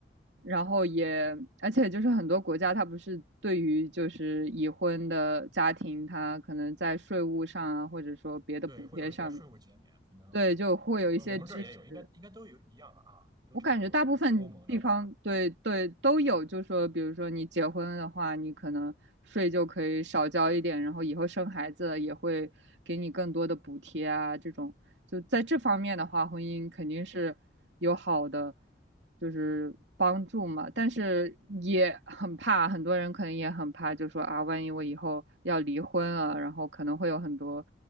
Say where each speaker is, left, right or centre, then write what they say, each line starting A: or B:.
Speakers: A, on the right (about 80°); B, on the right (about 25°).
A: 然后也而且就是很多国家它不是对于就是已婚的家庭，它可能在税务上啊，或者说别的补贴上，
B: 对，会有一些税务减免，可能我我我们这儿也有，
A: 对，就会有一些支持。
B: 应该应该都有一样吧啊，都差不多。
A: 我感觉大部分地方对对都有，
B: 欧盟的话，
A: 就说比如说你结婚的话，你可能税就可以少交一点，然后以后生孩子也会给你更多的补贴啊，这种就在这方面的话，婚姻肯定是有好的就是帮助嘛，但是也很怕，很多人可能也很怕，就说啊，万一我以后要离婚了，然后可能会有很多